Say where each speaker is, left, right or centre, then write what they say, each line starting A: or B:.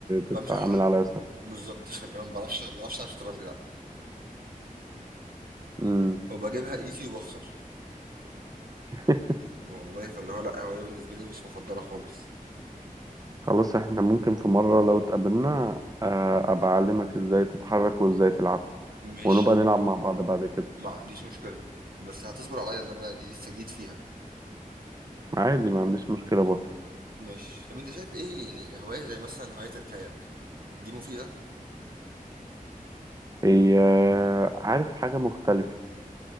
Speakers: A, on the right (about 25°); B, on the right (about 85°).
A: بتتعامل
B: بمشي على
A: على اساسه
B: بالظبط <laughs> اللي هو ما بعرفش ما بعرفش العب شطرنج لا
A: مم.
B: وبجيبها ايزي وبخسر
A: <laughs>
B: والله فاللي هو لا هوايه بالنسبه لي مش مفضله خالص
A: خلاص احنا ممكن في مرة لو اتقابلنا آه، ابقى اعلمك ازاي تتحرك وازاي تلعب
B: مش
A: ونبقى نلعب مع بعض بعد كده
B: ما عنديش مشكله بس هتصبر عليا ان انا دي لسه جديد فيها
A: عادي ما عنديش مشكلة برضه
B: مش طب انت شايف ايه يعني هواية زي مثلا هواية الكاياك دي مفيدة
A: هي آه، عارف حاجة مختلفة